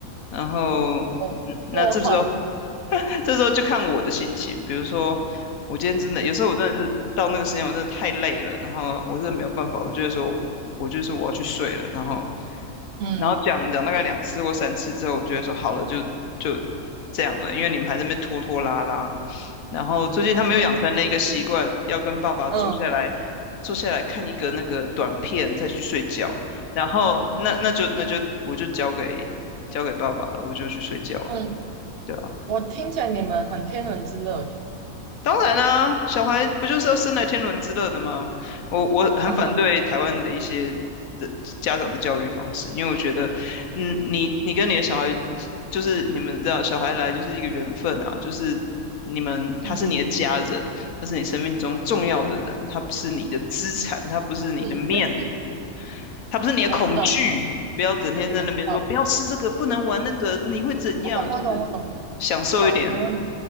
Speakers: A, on the left; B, on the right.
A: 然后嗯那这时候
B: 哦，哦，好，
A: <laughs> 这时候就看我的心情，比如说我今天真的有时候我真的就是到那个时间我真的太累了，然后我真的没有办法，我就会说。我就说我要去睡了，然后
B: 嗯，
A: 然后讲讲大概两次或三次之后，我觉得说好了，就就这样了，因为你们还在那边拖拖拉拉。然后最近他们又养成了一个习惯，
B: 我觉得，
A: 要跟爸爸坐下来坐下来看一个那个短片，
B: 嗯
A: 再去睡觉。然后那那就那就我就交给交给爸爸了，我就去睡觉了。
B: 嗯，
A: 对啊
B: 我听起来你们很天伦之乐耶，
A: 当然啦，小孩不就是要生来天伦之乐的吗？我我很反对台湾的一些的家长的教育方式，
B: <laughs> 哈哈，
A: 因为我觉得，嗯，你你跟你的小孩，就是你们知道，小孩来就是一个缘分啊，就是你们他是你的家人，
B: 嗯，
A: 他是你生命中重要的人，他不是你的资产，他不是你的面子，
B: 是，但是。
A: 他不是你的恐惧，
B: 我知道，我懂
A: 不要整天在那边说不要吃这个，
B: 我知道，
A: 不能玩那个，
B: 对
A: 你会怎样？
B: 我懂，
A: 就是
B: 我懂，我懂。
A: 享受一点，
B: 好，没问题。